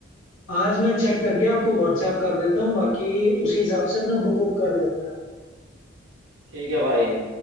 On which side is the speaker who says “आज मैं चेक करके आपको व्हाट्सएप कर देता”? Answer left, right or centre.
Left